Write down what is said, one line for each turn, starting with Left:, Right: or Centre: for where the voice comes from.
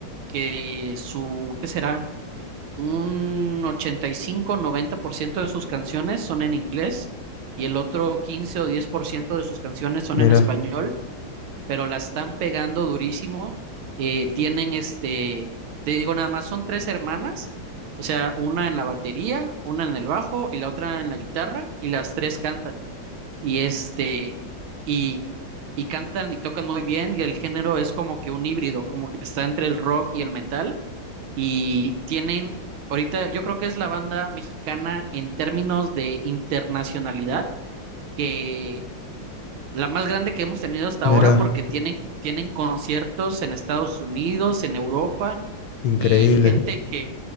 Right: que su, ¿qué será? Un ochenta y cinco noventa por ciento de sus canciones son en inglés y el otro 15 o 10% de sus canciones son
Left: Mira,
Right: en español, pero la están pegando durísimo. Eh, tienen este, te digo nada más, son tres hermanas, o sea, una en la batería, una en el bajo y la otra en la guitarra y las tres cantan. Y este, y y cantan y tocan muy bien y el género es como que un híbrido, como que está entre el rock y el metal y tienen, ahorita yo creo que es la banda mexicana en términos de internacionalidad, que la más grande que hemos tenido hasta
Left: mira,
Right: ahora porque tienen, tienen conciertos en Estados Unidos, en Europa
Left: increíble.
Right: y gente que,